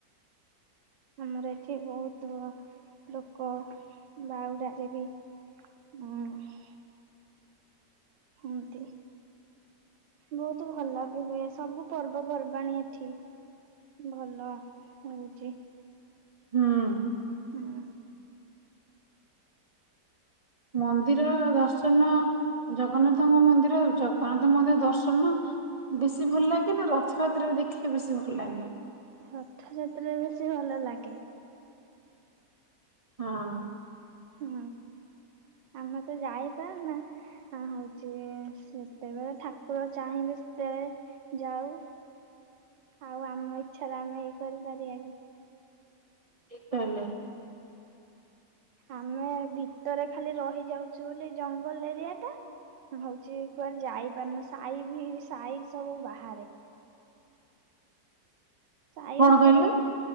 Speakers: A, on the right; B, on the right.
A: ଆମର ଏଠି ବହୁତ ଲୋକ ବାହୁଡ଼ା ରେ ବି ହୁଁ ହୁଅନ୍ତି। ବହୁତ ଭଲ ବି ହୁଏ ସବୁ ପର୍ବପର୍ବାଣୀ ଏଠି। ଭଲ ହଉଛି।
B: ହୁଁ
A: ହୁଁ
B: ମନ୍ଦିର ଦର୍ଶନ ଜଗନ୍ନାଥଙ୍କ ମନ୍ଦିର ଜଗନ୍ନାଥ ମନ୍ଦିର ଦର୍ଶନ ବେଶୀ ଭଲ ଲାଗେ ନା ରଥଯାତ୍ରାରେ ଦେଖିଲେ ବେଶୀ ଭଲ ଲାଗେ?
A: ରଥଯାତ୍ରା ବେଶୀ ଭଲ ଲାଗେ।
B: ହଁ
A: ହଁ ଆମେ ତ ଯାଇପାରୁନା ହଁ ହଉଛି ସେତେବେଳେ ଠାକୁର ଚାହିଁବେ ସେତେବେଳେ ଯାଉ ଆଉ ଆମ ଇଚ୍ଛାରେ ଆମେ ଇଏ କରିପାରିବା କି?
B: ଠିକ୍ କହିଲେ।
A: ଆମେ ଭିତରେ ଖାଲି ରହିଯାଉଛୁ ବୋଲି ଜଙ୍ଗଲ ଏରିଆ ଟା। ହୋଉଛି କୁଆଡେ ଯାଇପାରୁନୁ ସାଇବି ସାଇ ସବୁ ବାହାରେ। ସାଇ
B: କଣ
A: ଭିତରେ
B: କହିଲେ